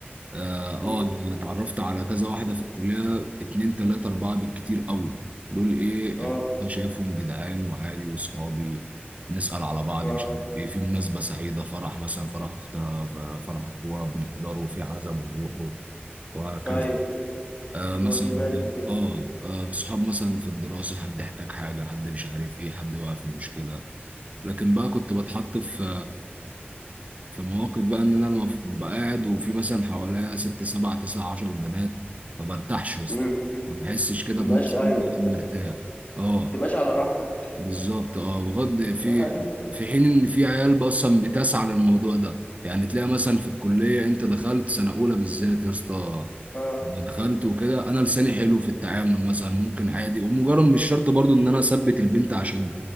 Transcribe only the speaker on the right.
اه
آه، انا اتعرفت على كذا واحده في الكليه اتنين تلاته اربعه بالكتير قوي دول ايه
اللي أنا شايفهم جدعان وعادي واصحابي نسال على بعض
مش عارف ايه في مناسبه سعيده فرح مثلا فرح اختنا ف- فرح اخوها بنحضره في عزا بنروحه وهكذا
آه
مثلا
اه, آه صحاب مثلا في الدراسه حد احتاج حاجه حد مش عارف ايه حد واقع في مشكله لكن بقى كنت بتحط في في مواقف بقى ان انا المف- ببقى قاعد وفي مثلا حواليا ست سبع تسع عشر بنات ما برتاحش يا اسطى
ما بحسش كده
بنفسي
إني مرتاح اه
بالظبط اه بغض في
في حين ان في عيال اصلا بتسعى للموضوع ده يعني تلاقي مثلا في الكليه انت دخلت سنه اولى بالذات يا اسطى
لما دخلت وكده انا لساني حلو في التعامل مثلا ممكن عادي ومجرد مش شرط برضو ان انا اثبت البنت عشان